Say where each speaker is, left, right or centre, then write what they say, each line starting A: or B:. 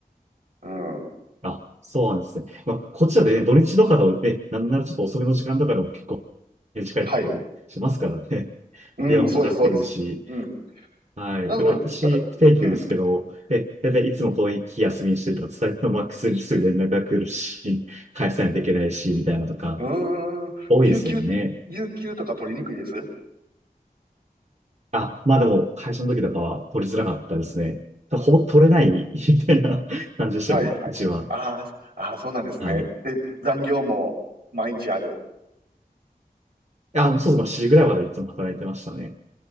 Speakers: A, on the right (about 85°); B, on the right (about 45°).
A: うん。
B: あ、そうなんですね。まあ、こっちはね、土日とかのね、なんならちょっと遅めの時間とかでも結構ね近いところにしますからね。
A: はい。
B: <laughs>
A: うん、
B: 電話もかかってくるし。
A: そうです、そうです。うん。
B: はい。
A: なので、
B: で、私、
A: また、
B: 不定休ですけど、
A: うん、
B: で、だいたいいつもこういう日休みにしてると、伝えてもマックスにすぐ連絡が来るし、<laughs> 返さないといけないし、みたいなのとか、
A: うーん、
B: 多いですよね。
A: 有給、有給とか取りにくいです
B: あ、まあでも、会社の時とかは取りづらかったですね。ほぼ取れない、みたいな感じでしたけど、
A: はいはい。
B: うちは。
A: あーそあー、そうなんですね。
B: はい。
A: で、残業も毎日ある。
B: あ、そうですね。7時ぐらいまでいつも働いてましたね。